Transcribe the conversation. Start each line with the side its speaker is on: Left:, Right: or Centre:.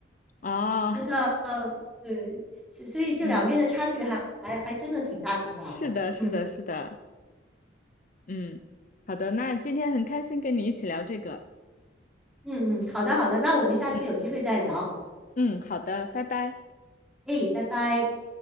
Left: 哦，
Centre: 就像呃对，所所以这两边的差距还还还真的挺大挺大的。
Left: 嗯，是的，是的，
Centre: 嗯
Left: 是的，嗯，好的，那今天很开心跟你一起聊这个，
Centre: 嗯嗯，好的好的，那我们下次有机会再聊。
Left: 嗯嗯，好的，拜拜。
Centre: 哎，拜拜。